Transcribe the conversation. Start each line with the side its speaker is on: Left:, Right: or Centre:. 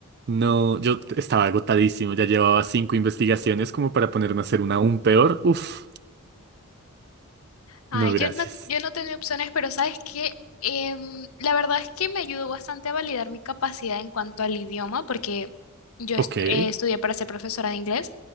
Right: No, yo t- estaba agotadísimo. Ya llevaba cinco investigaciones como para ponerme a hacer una aún peor. Uf,
Left: Ay,
Right: no, gracias.
Left: yo no, yo no tenía opciones, pero ¿sabes qué? Em, la verdad es que me ayudó bastante a validar mi capacidad en cuanto al idioma, porque yo est-
Right: Ok. ¿Y
Left: eh, estudié para ser profesora de inglés.